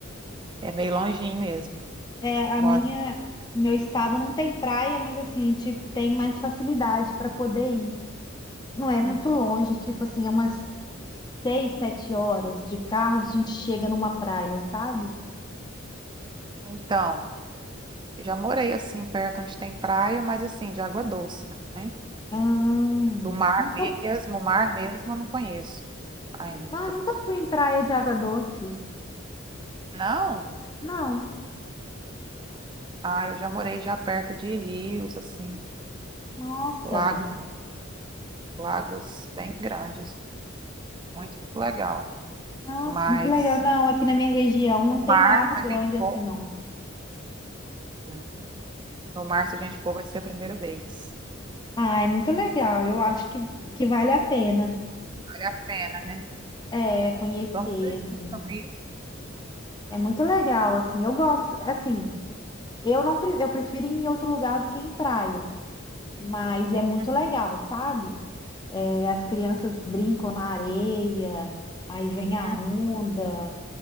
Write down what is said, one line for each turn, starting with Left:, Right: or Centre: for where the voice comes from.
Right: é meio longinho mesmo.
Left: É, a
Right: Moro.
Left: minha, meu estado não tem praia, mas assim, a gente tem mais facilidade para poder ir. Não é muito
Right: Uhum.
Left: longe, tipo assim, é umas seis, sete horas de carro, a gente chega numa praia, sabe?
Right: Então, já morei assim, perto onde tem praia, mas assim, de água doce, né?
Left: Ah,
Right: Do mar
Left: nunca,
Right: mesmo, o mar mesmo, eu não conheço ainda.
Left: ah, nunca fui em praia de água doce.
Right: Não?
Left: Não,
Right: Ah, eu já morei já perto de rios, assim,
Left: nossa,
Right: lago lagos bem grandes, muito legal.
Left: nossa,
Right: Mas
Left: muito legal. Não, aqui na minha região não
Right: no
Left: tem
Right: mar,
Left: lago
Right: se
Left: grande
Right: a gente
Left: assim,
Right: for,
Left: não.
Right: Uhum. no mar, se a gente for, vai ser a primeira vez.
Left: Ah, é muito legal. Eu acho que, que vale a pena
Right: Vale a pena, né?
Left: é, é, conhecer,
Right: Vamos pesquisar
Left: assim.
Right: sobre isso.
Left: É muito legal, assim. Eu gosto, assim, eu não, pre- eu prefiro ir em outro lugar do que em praia, mas é muito
Right: Uhum.
Left: legal, sabe? É, as crianças brincam na areia, aí vem a
Right: Uhum.
Left: onda,